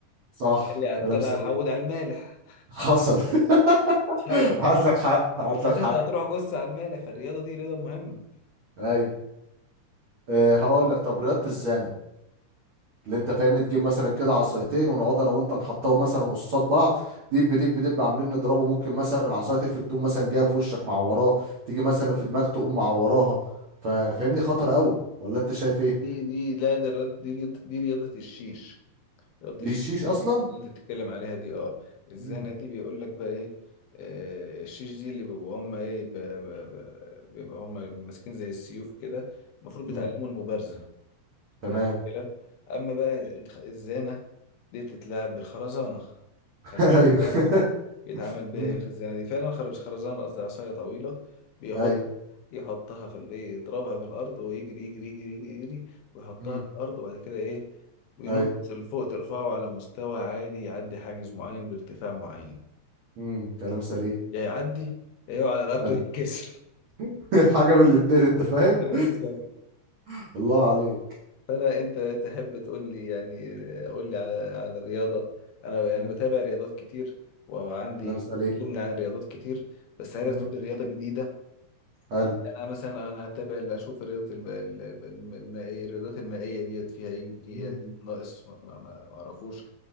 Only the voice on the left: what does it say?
تقول لي على
الترعة
حود على المالح
صح
لا
انت هتروح جص على المالح فالرياضة دي رياضة مهمة
دي دي لا دي الرياضة- دي رياضة دي رياضة الشيش ربط
الشيش
اللي
انت بتتكلم عليها دي اه الزنة
دي بيقول لك بقى ايه آه، الشيش دي اللي بيبقوا هم ايه ب- ب- ب- بيبقوا هم ماسكين زي السيوف كده المفروض
بيتعلموا المبارزة
حلو الكلام اما بقى الخ- الزانة دي بتتلعب بالخرزانة
حلو
الكلام
بيتعمل بيها
ايه الخزانه دي فعلا خرب مش خرزانه قصدي عصايه طويله بياخدها
يحطها في ال- ايه يضربها في الارض ويجري يجري يجري يجري, يجري ويحطها
في الارض وبعد كده ايه وينط
لفوق ترفعه على مستوى عالي يعدي حاجز معين بارتفاع معين
يا يعدي يا يقع على رقبته
يتكسر
<laughs> بالظبط
فانا انت تحب تقول لي يعني قول لي على على الرياضه انا يعني
بتابع رياضات كتير وعندي
علم عن الرياضات كتير بس عايزك
تقول لي رياضه جديده
يعني انا مثلا انا هتابع اللي اشوف الرياضات الب- ال- ال- الم- المائيه الرياضات المائيه ديت فيها ايه فيها
إيه ناقص ما ما- ما- ما اعرفوش